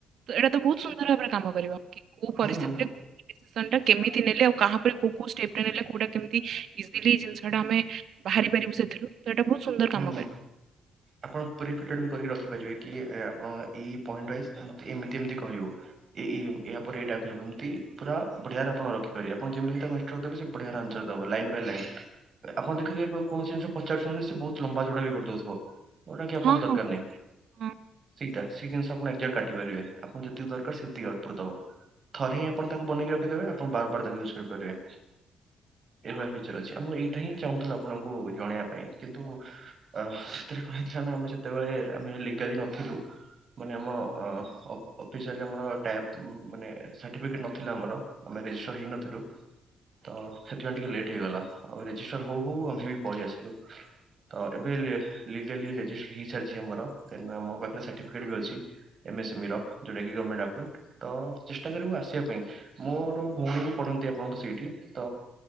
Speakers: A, on the right; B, on the right.
A: ତ ଏଇଟା ତ ବହୁତ ସୁନ୍ଦର ଭାବରେ କାମ କରିବ କି କୋଉ ପରିସ୍ଥିତିରେ
B: ହୁଁ ହୁଁ
A: କୋଉ ଡିସିସନ ଟା କେମିତି ନେଲେ ଆଉ କାହାପରେ କୋଉ କୋଉ ଷ୍ଟେପଟା ନେଲେ କୋଉଟା କେମିତି ଇଜିଲି ଜିନିଷଟା ଆମେ ବାହାରି ପାରିବୁ ସେଥିରୁ ତ ଏଇଟା ବହୁତ ସୁନ୍ଦର କାମ
B: ହୁଁ
A: କରିବ।
B: ଆପଣ <unintelligible> ଫିଟ କରିକି ରଖିପାରିବେ। କି ଆପଣଙ୍କ ଏଇ ପଏଣ୍ଟ ୱାଇଜ ମତେ ଏମତି ଏମତି କହିବୁ ଏ ଏ ୟାପରେ ଏଇଟା କହିବ ଏମତି ପୁରା ବଢିଆରେ ଆପଣ ରଖିପାରିବେ ଆପଣ ଯେମିତି ତାକୁ <unintelligible> ଦେବେ ସେ ବଢିଆରେ ଆନସାଦେବ ର ଲାଇନ୍ ବାଇ ଲାଇନ୍ ଆପ ଦେଖି ଆପଣ କୌଣସି ଜିନିଷ ପଚାରୁଛନ୍ତି ସେ ବହୁତ ଲମ୍ବା ଚଉଟା ବି କରି ଦଉଥିବ ଯଉଟା କି ଆପଣଙ୍କୁ
A: ହଁ,
B: ଦରକାର
A: ହଁ,
B: ନାହିଁ
A: ହଁ,
B: ସେଇଟା ସେ ଜିନିଷ ଆପଣ ଏକ୍ଜାଟ କାଟି ପାରିବେ ଆପଣ ଯେତିକି ଦରକାର ସେତିକି ଆଉଟପୁଟ୍ ଦବ। ଥରେ ହିଁ ଆପଣ ତାକୁ ବନେଇକି ରଖିଦେବେ ଆପଣ ବାରବାର ତାକୁ ୟୁଜ କରିପାରିବେ। ଏଇ ଭଳିଆ ଫିଚର ଅଛି ଆମ ଏଇଟା ହିଁ ଚାହୁଁଥିଲୁ ଆପଣଙ୍କୁ ଜଣେଇବା ପାଇଁ କିନ୍ତୁ ଆ ସେଥିରେ କଣ ହେଇଥିଲା ନା ଆମେ ଯେତେବେଳେ ଆମେ ଲିଗାଲି ନଥିଲୁ ମାନେ ଆମ ଅ-ଅ-ଅଫିସିଆଲି ଆମର ଟାଏପ୍ ମାନେ ସାଆର୍ଟିଫିକେଟ ନଥିଲା ଆମର ଆମେ ଶ <unintelligible> ହେଇନଥିଲୁ ତ
A: ଆଜ୍ଞା,
B: ସେଥିପାଇଁ ଟିକେ ଲେଟ୍ ହେଇଗଲା ଆଉ ରେଜିଷ୍ଟର ହଉ ହଉ ଆମେ ବି ପଳେଇ ଆସିଲୁ। ତ ଏବେ ଲେ-ଲିଗାଲି ରେଜିଷ୍ଟର ହେଇସାରିଛି ଆମର ଦେନ୍ ମୋ ପାଖରେ ସାର୍ଟିଫିକେଟ ବି ଅଛି। ଏମସିମିର ଯଉଟାକି ଗମେଣ୍ଟ ଆପ୍ରୁଭ ତ ଚେଷ୍ଟା କରିବୁ ଆସିବା ପାଇଁ ମୋର ଭଉଣୀ ବି ପଢ଼ନ। ନ୍ତି ଆପଣଙ୍କୁ ସେଇଠି ତ